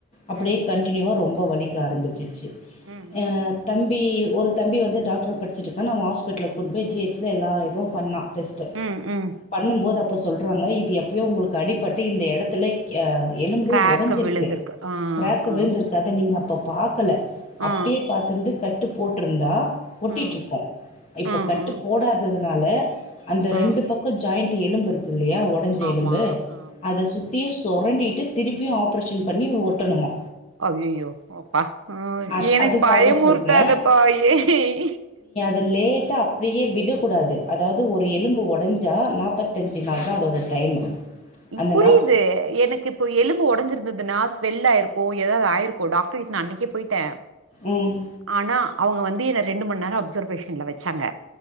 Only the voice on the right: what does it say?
ம் ம் ம்
ம்
ம் ம் ம்
கிராக்கு
விழுந்திருக்கு ஆ
ஆ
ஆ
ம்
ம்
ம்
ம்
ஆமா
ஆமா
ஐயயோ அப்பா ஆ
எனக்கு
பயமுர்த்தாதப்பா
ஏய்
ம்
புரியுது எனக்கு இப்போ எலும்பு ஒடஞ்சிருந்ததுனா ஸ்வெல்லாயிருக்கு எதாவ்து ஆயிருக்கு டாக்டர்கிட்ட நா அன்னைக்கே போயிட்டே
ஆனா அவ்ங்க வந்து என்ன ரெண்டு மண்நேர அப்சர்வேஷன்ல வெச்சாங்க